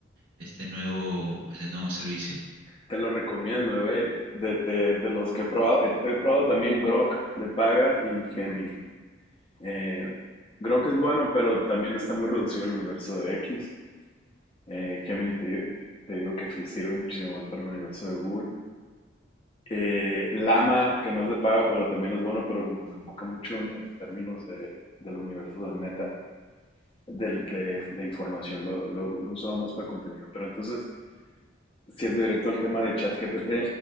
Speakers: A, on the right; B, on the left.
A: este nuevo, este nuevo servicio.
B: te lo recomiendo, eh. De, de- de los que he probado, he, he probado también Grok de paga y Gemini. Eh, creo que es bueno, pero también está muy reducido el universo de X. Eh, Gemini te, digo- te digo que sí sirve muchísimo más para el universo de Google. Eh, Llama, que no es de paga, pero también es bueno, pero como que se enfoca mucho en, en términos de- del universo de Meta, del- de, de información. Lo, lo, lo usaba más para contenido. Pero entonces, siendo directo al tema de ChatGPT,